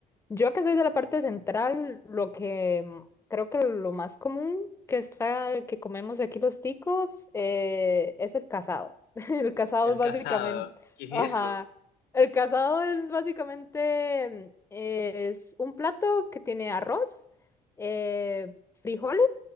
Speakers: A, on the left; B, on the left.
A: Yo que soy de la parte central, lo que mm, creo que lo más común que está, que comemos aquí los ticos, eh, es el casado. <laughs> El casado
B: El
A: es básicamente,
B: casado. ¿Qué
A: ajá,
B: es eso?
A: el casado es básicamente, mm, es un plato que tiene arroz, eh, frijoles,